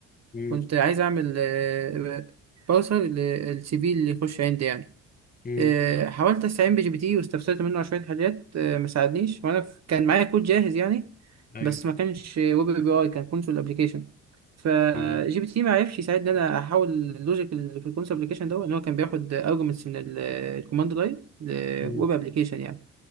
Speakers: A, on the left; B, on the right.
A: مم.
B: كنت عايز أعمل أه... بارسر للسي في اللي يخش عندي يعني
A: مم.
B: آه، حاولت استعين بجي بي تي واستفسرت منه على شويه حاجات آه، ما ساعدنيش وانا ف- كان معايا كود جاهز يعني
A: ايوه
B: بس ما كانش ويب اي بي اي كان كونسول ابلكيشن فجي
A: مم.
B: بي تي ما عرفش يساعدني ان انا احول اللوجيك اللي في الكونسول ابلكيشن ده ان هو كان بياخد ارجمنتس من الكوماند لاين لويب
A: مم.
B: ابلكيشن يعني